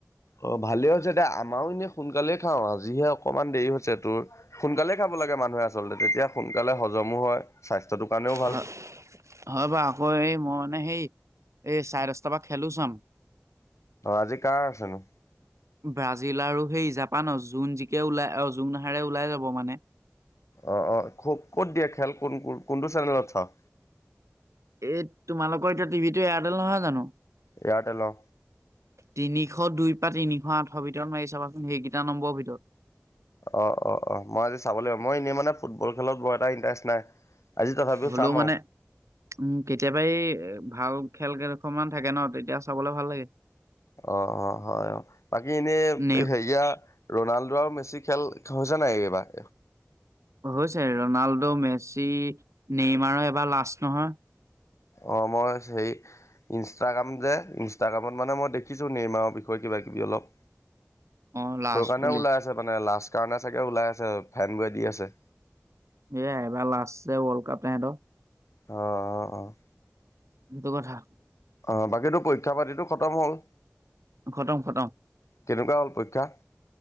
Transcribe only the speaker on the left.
অ', ভালে হৈছে দিয়া, আমাৰও এনেই সোনকালে খাওঁ, আজিহে অকনমান দেৰি হৈছ চে তোৰ, সোনকালেই খাব লাগে মানুহে আচলতে, তেতিয়া, সোনকালে হজমো হয়, স্বাস্থ্যটোৰ কাৰণেও ভাল।
অ', আজি কাৰ আছেনো?
অ', অ', খ' ক'ত দিয়ে খেল, কোন, কোন, কোনটো চেনেলত চাৱ?
এয়াৰটেল অ'
অ', অ', অ', মই আজি চাব লাগিব, মই এনেই মানে ফুটবল খেলত বৰ এটা ইণ্টাৰেষ্ট নাই। আজি তথাপিও
চাম
আৰু
অ', অ', হয়, অ', বাকী এনেই
হেয়া ৰণাল্ডো আৰু মেছি খেল হৈছে নাই এইবাৰ?
অ মই হেৰি ইনষ্টাগ্ৰাম যে, ইনষ্টাগ্ৰামত মানে মই দেখিছোঁ নেৰ্মমাৰৰ বিষয়ে কিব কিবি অলপ
সেই কাৰণে
ওলাই আছে মানে লাজ কাৰণে চাগে ওলাই আছে, ফেন বোৰে দি আছে।
অ', অ', অ'।
অ' বাকীটো পৰীক্ষা পাতিতো খতম হ'ল?
কেনেকুৱা হ'ল পৰীক্ষা?